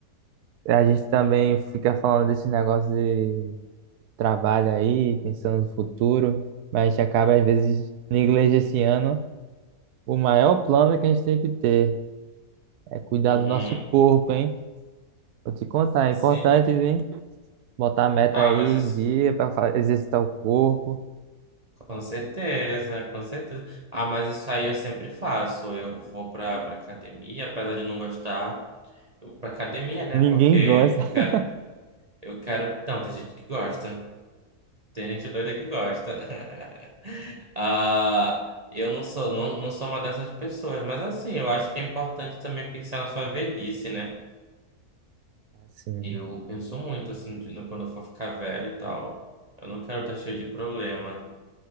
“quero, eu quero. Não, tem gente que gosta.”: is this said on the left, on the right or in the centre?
Right